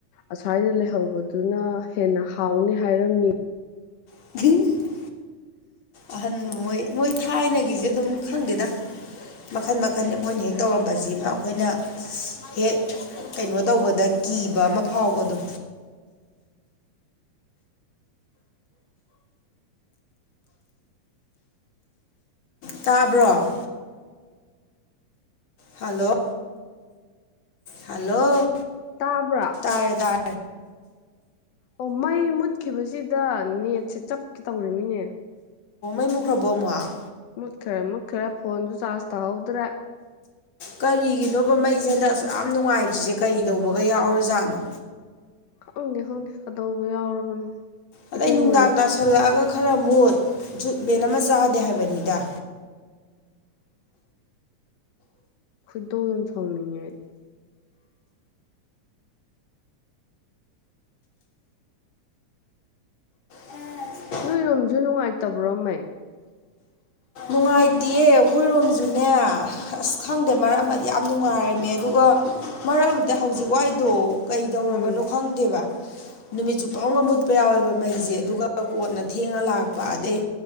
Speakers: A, on the left; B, on the left.
A: ꯑꯁ꯭ꯋꯥꯏꯗ ꯂꯩꯍꯧꯕꯗꯨꯅ ꯍꯦꯟꯅ ꯍꯥꯎꯅꯤ ꯍꯥꯏꯔꯝꯃꯤ
B: <unintelligible> ꯑꯍꯥꯟ ꯃꯣꯏ ꯃꯣꯏ ꯊꯥꯏꯅꯒꯤꯁꯦ ꯑꯗꯨꯝ ꯈꯪꯗꯦꯗꯥ ꯃꯈꯟ ꯃꯈꯜ ꯃꯣꯏꯅ ꯍꯦꯛ ꯇꯧꯔꯝꯕꯁꯤꯃ ꯑꯩꯈꯣꯏꯅ ꯍꯦꯛ ꯀꯩꯅꯣ ꯇꯧꯕꯗ ꯀꯤꯕ ꯑꯃ ꯐꯥꯎꯕꯗꯣ ꯇꯥꯕ꯭ꯔꯣ ꯍꯜꯂꯣ ꯍꯜꯂꯣ
A: ꯇꯥꯕ꯭ꯔꫭ
B: ꯇꯥꯔꯦ ꯇꯥꯔꯦ
A: ꯑꯣ ꯃꯩ ꯃꯨꯠꯈꯤꯕꯁꯤꯗ ꯅꯦꯠꯁꯦ ꯆꯞꯀꯦ ꯇꯧꯔꯤꯕꯅꯤꯅꯦ
B: ꯃꯨꯠꯈꯥꯔꯕꫭ ꯑꯃꯨꯛ
A: ꯃꯨꯠꯈ꯭ꯔꯦ ꯃꯨꯠꯈ꯭ꯔꯦ ꯐꯣꯟꯁꯨ ꯆꯥꯔꯖ ꯇꯥꯍꯧꯗ꯭ꯔꯦ
B: ꯀꯔꯤꯒꯤꯅꯣꯕ ꯃꯩꯁꯦ ꯍꯟꯗꯛꯁꯨ ꯌꯥꯝ ꯅꯨꯡꯉꯥꯏꯇ꯭ꯔꯤꯁꯦ ꯀꯩꯗꯧꯕꯒ ꯌꯥꯎꯔꯖꯥꯠꯅꯣ
A: ꯈꯪꯪꯗꯦ ꯈꯪꯗꯦ ꯀꯗꯧꯕ ꯌꯥꯎꯔꯕꯅꯣ
B: ꯑꯗꯩ
A: ꯏꯁꯤꯡ
B: ꯅꯨꯡꯗꯥꯡ
A: ꯂꯩ
B: ꯇꯥꯁꯜꯂꯛꯑꯒ ꯈꯔ ꯃꯣꯠ ꯖꯨꯠ ꯃꯦꯟ ꯑꯃ ꯆꯥꯗꯦ ꯍꯥꯏꯕꯅꯤꯗ
A: ꯈꯨꯣꯏꯗꯧ ꯑꯗꯨꯝ ꯁꯣꯡꯅꯤꯡꯉꯥꯏ
B: ꯍ ꯑ
A: ꯅꯣꯏꯔꯣꯝꯁꯨ ꯅꯨꯡꯉꯥꯏꯇꯕ꯭ꯔꯣ ꯃ
B: ꯅꯨꯡꯉꯥꯏꯇꯌꯦ ꯑꯩꯈꯣꯏꯔꯣꯝꯁꯨꯅꯦ ꯑꯁ ꯈꯪꯗꯦ ꯃꯔꯛ ꯑꯃꯗꯤ ꯌꯥꯝ ꯅꯨꯡꯉꯥꯏꯔꯝꯃꯦ ꯑꯗꯨꯒ ꯃꯔꯝꯗꯤ ꯍꯧꯖꯤꯛꯋꯥꯏꯗꯣ ꯀꯩꯗꯧꯔꯕꯅꯣ
A: ꯎꯝ
B: ꯈꯪꯗꯦꯕ ꯅꯨꯃꯤꯠꯁꯨ ꯄꯥꯎꯒ ꯃꯨꯠꯄ ꯌꯥꯎꯋꯦꯕ ꯃꯩꯁꯦ ꯑꯗꯨꯒ ꯀꯣꯟꯠꯅ ꯊꯦꯡꯉ ꯂꯥꯛꯄ ꯑꯗꯩ